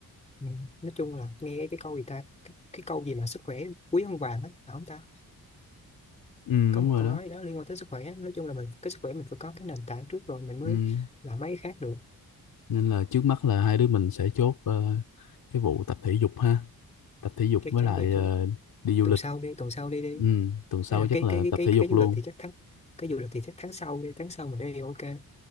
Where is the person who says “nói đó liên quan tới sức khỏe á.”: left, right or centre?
Left